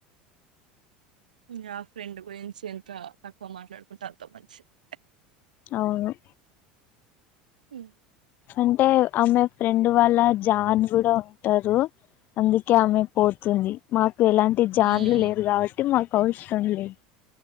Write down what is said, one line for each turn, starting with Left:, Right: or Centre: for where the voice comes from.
Right: ఇగ ఆ ఫ్రెండ్ గురించి ఎంత తక్కువ మాట్లాడుకుంటే అంత మంచిది
Left: అవును
Right: ఉమ్
Left: అంటే ఆమె ఫ్రెండ్ వాళ్ళ జాన్ గూడా ఉంటరు అందుకే ఆమె పోతుంది మాక్ ఎలాంటి జాన్లు
Right: ఉమ్.
Left: లేరు గాబట్టి మాకు అవసరం లేదు